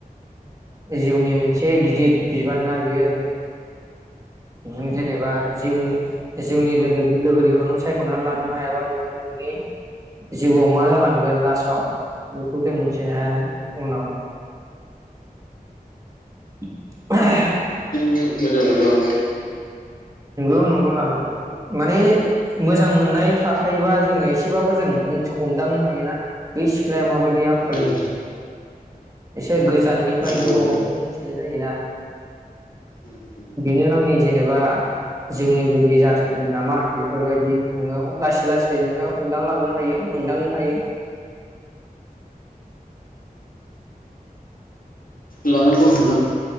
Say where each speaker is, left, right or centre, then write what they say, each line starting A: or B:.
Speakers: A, on the right; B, on the left.
A: जिउनि मोनसे एसे गिदिर बिबाना बियो नों जेनेबा जिउनि जिउनि लोगोरिखौ नों सायखनानै लानो हायाबा नोङो नोंनि जिउआव मा जालांगोन लास्टाव बेखौ जों मिथिनो हायाना उनाव। <unintelligible>
B: <unintelligible>
A: नंगौ नंगौ लानांगौ माने मोजां मोननाय थाखायोबा जोंङो एसेबाबो जों मिथि हमदांनो हायोना बै सिख्लाया माबायदि आलनि
B: उम
A: एसे गोजाननिफ्राय
B: जों
A: गोबावनिफ्राय
B: उम
A: मोनथिनाय जायोना
B: उम
A: बेनो आंनि जेनेबा जिउनि लोगोरि जाथारगोन नामा बेफोरबायदि नोंङो लासै लासै नोंङो हमदांलांनो हायो मोनदांनो हायो ।
B: लानांगौ नथां